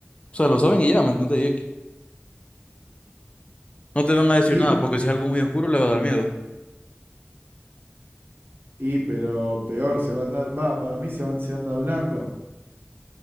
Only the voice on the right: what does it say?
Y.
Y, pero peor, se va a andar. Va, para mí se, va- se anda hablando.